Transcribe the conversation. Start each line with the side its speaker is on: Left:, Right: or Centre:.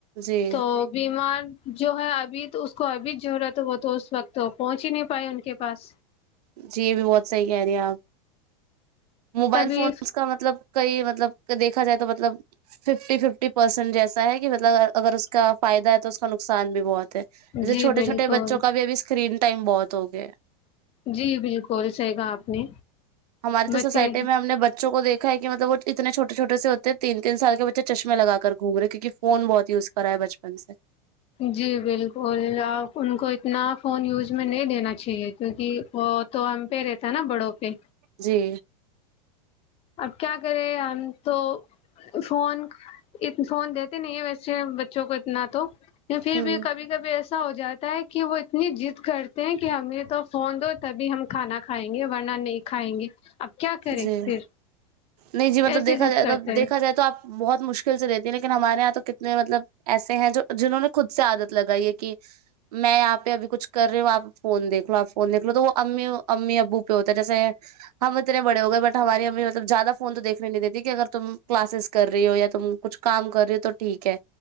Right: جی
Left: تو بیمار جو ہے ابھی تو اس کو ابھی ضرورت بہت تو اس وقت تو پہنچ ہی نہیں چھپائے ان کے پاس
Right: جی یہ بھی بہت صحیح کہہ رہی ہیں آپ موبائل
Left: تبھی
Right: فونس کا مطلب کئی مطلب دیکھا جائے تو مطلب ففٹی ففٹی پرسینٹ جیسا ہے کہ مطلب اگر اس کا فائدہ ہے تو اس کا نقصان بھی بہت جسے
Left: جی
Right: چھٹے
Left: بالکل
Right: چھوٹے بچوں کا بھی اب اسکرین ٹائم بہت ہو گیا
Left: جی بالکل سحی گا آپ نے
Right: ہماری تو
Left: بچے
Right: سوسائٹی میں ہم نے بچوں کو دیکا ہے کہ مطلب وہ اتنے چھٹے چھوٹے سے ہوتے ہیں تین تین سال کے بچے چشمے لا کر گوم گے کیونک فون بہت یوز کرا ہے بچپن سے
Left: جی بالکل آپ ان کو اتنا فون یوز میں نہیں دینا چ اچھا ہے کیونکہ بہت تو ہم پہیرے تھا نا بڑوں پہ
Right: جی
Left: اب کیا کرے ہم تو فون ا فون دیتے نہیں ہیں ویسے بچوں کو اتنا تو پھر
Right: ہوں
Left: بھی کبھی کبھی ایسا ہو جات کہ وہ اتنی جضد کرتے ہیں کہ ہمیں تو فون دو تبھی ہم کھانا کھائیں گے ورنہ نہیں کھائیں گے اب کیا کرے
Right: جی
Left: پھر
Right: نہیں جی مطلب
Left: ایسی
Right: دیکھا
Left: ضد
Right: جائے
Left: کرتے
Right: تو
Left: ہیں
Right: دیکا جائے تو آپ بہت مشکل سے لیکن ہمارے یہاں تو کتنے مطلب ایسے ہیں جنہوں نے خود سے عادت لگائی ہے کہ میں یہاں پہ ابھی کچھ کر رہی ہوں آپ فون دیکھ لو آپ فون دیکھ لو تو وہ امی امی ابو پہ ہوتا ہے جیسے ہم اتنے بڑے ہو گئے بٹ ہماری ہمیں مطلب زیادہ فون تو دیکھنے نہیں دیتی کہ اگر تم کلاسز کر رہی ہو یا تم کچھ کام کر رہ ہو تو ٹھیک ہے